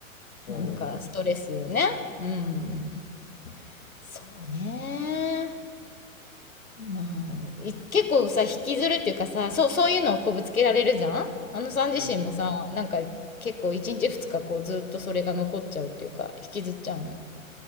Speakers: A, on the left (about 40°); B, on the left (about 80°).
A: そう。
B: なんかストレスをね。うん。そうね。まあ、い結構さ、引きずるっていうかさ、そう、そういうのをこうぶつけられるじゃんあのさん自身もさ、
A: うん。
B: なんか結構1日2日こうずっとそれが残っちゃうっていうか、引きずっちゃうの